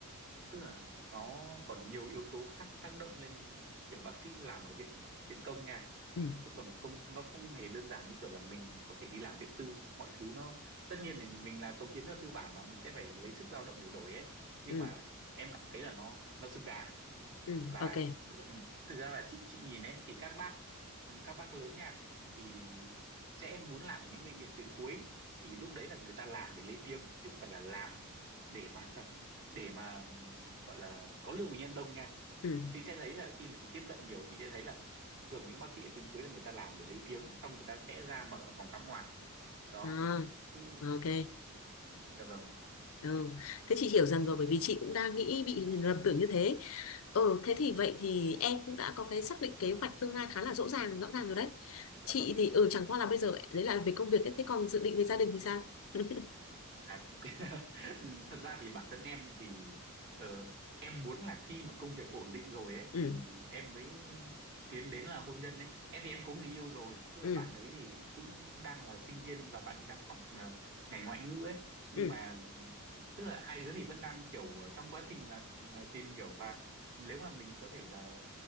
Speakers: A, on the right; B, on the left.
A: tức là nó còn nhiều yếu tố khác tác động lên kiểu bác sĩ làm ở viện viện công nha
B: ừ,
A: chứ còn không nó không hề đơn giản như kiểu là mình có thể đi làm điện tư mọi thứ nó tất nhiên mình mình là công chức nó tư bản mà mình sẽ phải lấy sức lao động để đổi ấy nhưng
B: ừ,
A: mà em cảm thấy là nó nó xứng đáng
B: ừ,
A: và
B: ok.
A: tức là, thực ra là chị chị nhìn ấy thì các bác các bác lớn nha thì sẽ muốn làm ở những bệnh viện tuyến cuối thì lúc đấy là người ta làm để lấy tiếng chứ không phải là làm để mà <laughs> để mà ừm, gọi là có lượng bệnh nhân đông nha
B: Ừ,
A: chị sẽ thấy là khi mà chị tiếp cận nhiều chị sẽ thấy là thường những bác sĩ ở tuyến cuối là người ta làm để lấy tiếng xong người ta sẽ ra mở phòng khám ngoài đó
B: à,
A: Chứ-
B: ok.
A: dạ vâng
B: Ừ. Thế chị hiểu dần rồi bởi vì chị cũng đang nghĩ bị lầm tưởng như thế. Ừ, thế thì vậy thì em cũng đã có cái xác định kế hoạch tương lai khá là rõ ràng, rõ ràng rồi đấy.
A: dạ
B: Chị
A: vâng
B: thì ừ chẳng qua là bây giờ đấy là về công việc ấy. Thế còn dự định về gia đình thì sao? <laughs>
A: À, <laughs> thật ra thì bản thân em thì ờ, em muốn là khi mà công việc ổn định rồi ấy
B: ừ
A: thì em mới tiến đến là hôn nhân đấy em thì em có người yêu rồi tức là
B: ừ
A: bạn ấy thì cũng đang là sinh viên và bạn ấy đang học ờ, ngành ngoại ngữ ấy nhưng
B: ừ
A: mà tức là hai đứa thì vẫn đang kiểu trong quá trình là ờ, tìm hiểu và nếu mà mình có thể là